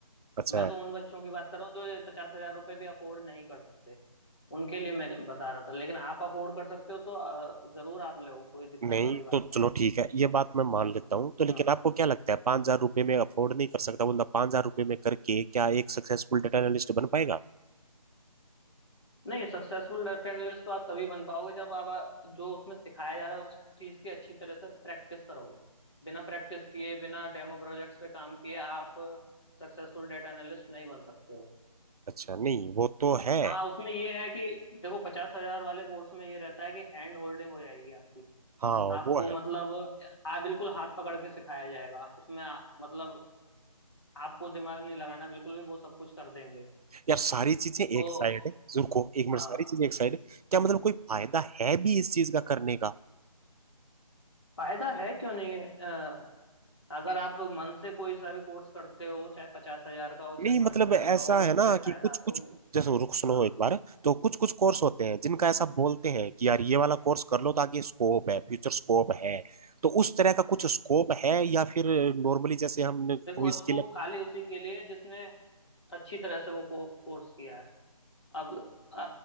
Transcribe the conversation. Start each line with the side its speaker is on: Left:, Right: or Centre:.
Right: अच्छा
Left: मैं तो उन बच्चों की बात कर रहा हूँ जो पचास हजार रुपये भी अफोर्ड नहीं कर सकते उनके लिए मैं बता रहा था लेकिन आप अफोर्ड कर सकते हो तो अ, जरूर आप ले कोई दिक्कत
Right: नहीं
Left: वाली बात
Right: तो
Left: नहीं
Right: चलो ठीक है ये बात मैं मान
Left: हाँ
Right: लेता हूँ तो
Left: हम्म
Right: लेकिन आपको क्या लगता है पांच हजार रुपये में अफोर्ड नहीं कर सकता बंदा पांच हजार रुपये में करके क्या एक सक्सेसफुल डेटा एनालिस्ट बन पाएगा
Left: नहीं सक्सेसफुल डाटा एनालिस्ट तो आप तभी बन पाओगे जब आप आ, जो उसमें सिखाया जा रहा है उस चीज की अच्छी तरह से प्रैक्टिस करोगे बिना प्रैक्टिस किए बिना डेमो प्रोजेक्ट्स पे काम किए आप सक्सेसफुल डाटा एनालिस्ट नहीं बन सकते हो
Right: अच्छा नहीं वो तो है
Left: हाँ उसमें ये है कि देखो पचास हजार वाले कोर्स में ये रहता है कि हैंड होल्डिंग हो जाएगी आपकी
Right: हाँ
Left: आपको
Right: वो है
Left: मतलब हाँ बिल्कुल हाथ पकड़ के सिखाया जाएगा उसमें आ, मतलब आपको दिमाग नहीं लगाना बिल्कुल भी वो सब कुछ कर देंगे
Right: यार सारी चीजें एक
Left: तो
Right: साइड है रुको एक मिनट
Left: हाँ
Right: सारी चीजें एक साइड है। क्या मतलब कोई फायदा है भी इस चीज का करने का
Left: फायदा है क्यों नहीं है अ, अगर आप मन से कोई सा भी कोर्स करते हो चाहे पचास हजार का हो चाहे
Right: नहीं
Left: पांच
Right: मतलब
Left: हजार
Right: ऐसा
Left: का हो
Right: है
Left: उससे
Right: ना
Left: फायदा
Right: कि कुछ
Left: आपको
Right: कुछ
Left: मिले
Right: जैसे रुक सुनो
Left: हाँ
Right: एक बार तो कुछ कुछ कोर्स होते हैं जिनका ऐसा बोलते हैं कि यार ये वाला कोर्स कर लो ताकि स्कोप है फ्यूचर स्कोप है तो उस तरह का कुछ स्कोप है या फिर नॉर्मली जैसे हमने
Left: देखो
Right: कोई
Left: उसको
Right: स्किल
Left: खाली उसी के लिए जिसने अच्छी तरह से वो को, कोर्स किया है अब अ-